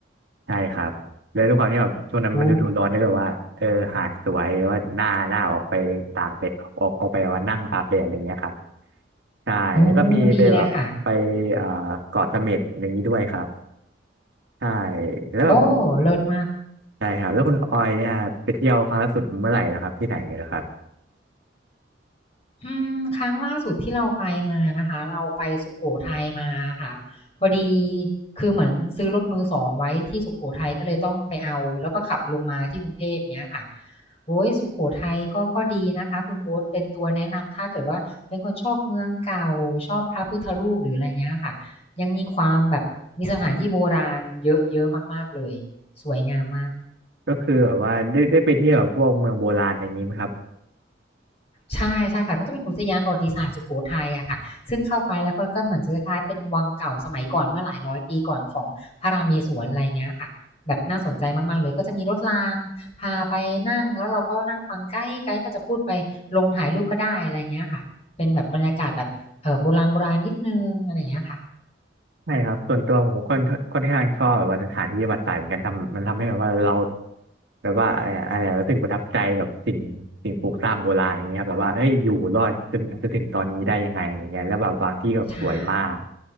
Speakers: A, on the right; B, on the left.
A: ใช่ครับเลยด้วยความที่แบบช่วงนั้นมันฤดูร้อนด้วยแบบว่าเออหาดสวยแล้วว่าหน้าหน้าออกไปตากแดดออกออกไปว่านั่งอาบแดดอะไรเงี้ยครับ
B: โอ้
A: ใช่แล้วโอ้วก็มีไปดีแบบเลบยไปเอ่อเกาะเสม็ดอะไรอย่างนี้ด้วยครับ
B: โอ้ดีเลยค่ะ
A: ใช่แล้วแบบ
B: โอ้ เลิศมาก
A: ใช่ครับแล้วคุณออยเนี่ยไปเที่ยวครั้งล่าสุดเมื่อไหร่นะครับที่ไหนนะครับ
B: อืมครั้งล่าสุดที่เราไปมานะคะเราไปสุโขทัยมาค่ะพอดีคือเหมือนซื้อรถมือสองไว้ที่สุโขทัยก็เลยต้องไปเอาแล้วก็ขับลงมาที่กรุงเทพเงี้ยค่ะโอ้ยสุโขทัยก็ก็ดีนะคะคุณโบ๊ทเป็นตัวแนะนำถ้าเกิดว่าเป็นคนชอบเมืองเก่าชอบพระพุทธรูปหรืออะไรเงี้ยค่ะยังมีความแบบมีสถานที่โบราณเยอะเยอะมากๆเลยสวยงามมาก
A: ก็คือแบบว่าได้ได้ไปเที่ยวแบบพวกเมืองโบราณอะไรอย่างนี้ไหมครับ
B: ใช่ใช่ค่ะเขาจะเป็นอุทยานประวัติศาสตร์สุโขทัยอะค่ะซึ่งเข้าไปแล้วก็ก็เหมือนจะคล้ายๆเป็นวังเก่าสมัยก่อนเมื่อหลายร้อยปีก่อนของพระราเมศวรอะไรเงี้ยค่ะแบบน่าสนใจมากๆเลยก็จะมีรถรางพาไปนั่งแล้วเราก็นั่งฟังไกด์ไกด์ก็จะพูดไปลงถ่ายรูปก็ได้อะไรเงี้ยค่ะเป็นแบบบรรยากาศแบบเออโบราณๆนิดนึงอะไรเงี้ยค่ะ
A: ใช่ครับส่วนตัวผมก็ค่อนค่อนข้างชอบแบบว่าสถานที่ประวัติศาสตร์เหมือนกันทำมันทำให้แบบว่าเราแบบว่าอะไรอะอะไรอะรู้สึกประทับใจกับสิ่งสิ่งปลูกสร้างโบราณอย่างเงี้ยครับแบบว่าเอ้ยอยู่รอดจนจนถึงตอนนี้ได้ยังไงอย่างเงี้ยแล้วแบบบางที่แบบสวยมาก
B: ใช่